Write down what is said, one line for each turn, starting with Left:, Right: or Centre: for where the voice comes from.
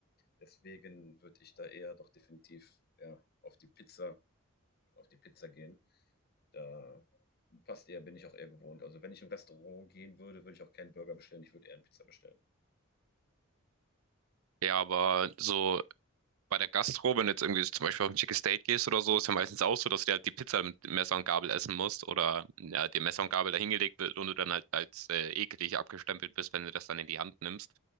Left: deswegen würde ich da eher doch definitiv ja, auf die Pizza, auf die Pizza gehen. Da passt eher, bin ich auch eher gewohnt. Also wenn ich im Restaurant gehen würde, würde ich auch keinen Burger bestellen, ich würde eher eine Pizza bestellen.
Right: Ja, aber so bei der Gastro, wenn du jetzt irgendwie zum Beispiel auf ein Chicken Steak gehst oder so, ist ja meistens auch so, dass du dir halt die Pizza mit Messer und Gabel essen musst oder ja, dir Messer und Gabel dahingelegt wird und du dann halt als äh, eklig abgestempelt bist, wenn du das dann in die Hand nimmst.